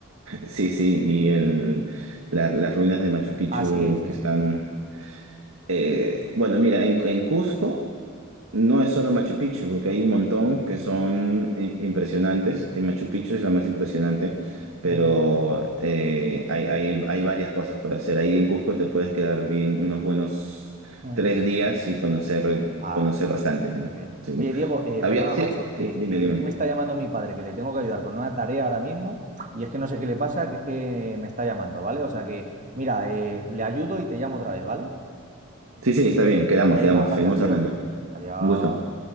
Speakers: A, on the right; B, on the right.
A: Sí, sí, y el, la- las ruinas de Machu Picchu
B: Ah, sí, sí,
A: que están...
B: sí, sí.
A: eh, bueno, mira, en, en Cusco no es solo Machu Picchu, porque hay un montón que son eh, impresionantes. En Machu Picchu es la más impresionante, pero
B: Ah,
A: eh, hay, hay, hay varias cosas por hacer. Ahí en Cusco te puedes quedar bien unos buenos
B: ah.
A: tres días y conocer,
B: Ah,
A: conocer bastante, ¿no?
B: qué bien.
A: Sí.
B: Oye, Diego, eh,
A: Había,
B: perdona,
A: sí,
B: macho, que,
A: sí, dime,
B: que
A: dime.
B: es que me está llamando mi padre, que le tengo que ayudar con una tarea ahora mismo, y es que no sé qué le pasa, que es que me está llamando, ¿vale? O sea que, mira, eh, le ayudo y te llamo otra vez, ¿vale?
A: Sí, sí, está bien, quedamos,
B: Venga,
A: quedamos,
B: gracias,
A: seguimos
B: tío.
A: hablando.
B: Adiós.
A: Un gusto.